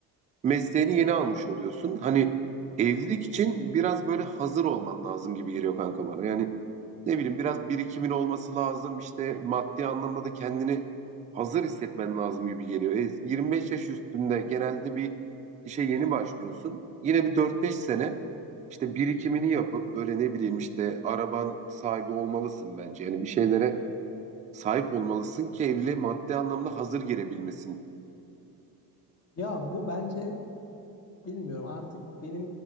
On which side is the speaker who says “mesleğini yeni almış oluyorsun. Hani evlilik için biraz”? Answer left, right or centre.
Right